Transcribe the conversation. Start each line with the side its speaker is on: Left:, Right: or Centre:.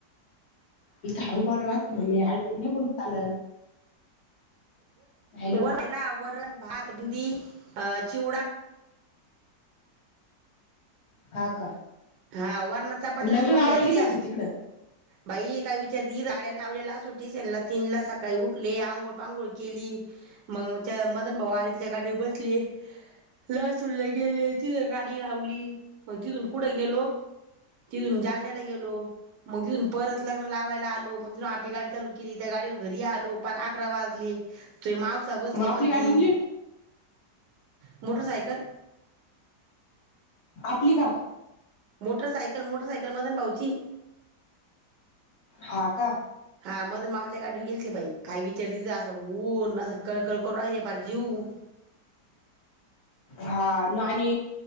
Left: हीत हाळू बोलनात की मग चालत हॅलो
Right: वर राहिला वरण भात बुंदी. अ चिवडा
Left: हा का
Right: हां वरणं चपाती
Left: लग्न
Right: चुरून
Left: आवड
Right: घेतल्या
Left: गेली होती तिकडं
Right: बाई काय विचारती, गाड्या लावल्या लासूर स्टेशनला, तीन ला सकाळी उठले, आंघोळ पांघोळ केली, मंग च मदन भाऊ आल् तीच्या गाडीवर बसले, लासूर ला गेले, तिथ गाडी लावली, मग तिथून पुढं गेलो तितून जाळण्याला गेलो मग तिथून परत लग्न लावायला आलो मग आपली गाडी चालू किती त्या गाडीवर घरी आलो पार अकरा वाजले. तुझे मावसा बसले
Left: मग आपली
Right: मधी.
Left: गाडी नेली होती
Right: मोटरसायकल
Left: आपली का?
Right: मोटरसायकल, मोटरसायकल मदन भाऊची
Left: हां का
Right: हा मदन मामाच्या गाडीव गेलती बाई काय विचारती उन्नाच कळकळ करू राइले पार जिव.
Left: हां ना आणि